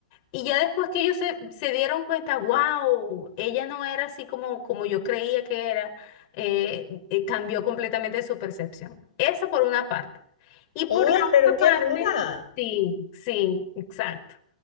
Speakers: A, on the left; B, on the left.
A: Y ya después que ellos se, se dieron cuenta, wow, ella no era así como, como yo creía que era, eh, eh, cambió completamente su percepción. Esa por una parte. Y por
B: ¡Ay,
A: la
B: pero
A: otra
B: qué
A: parte,
B: ruda!
A: sí, sí, exacto.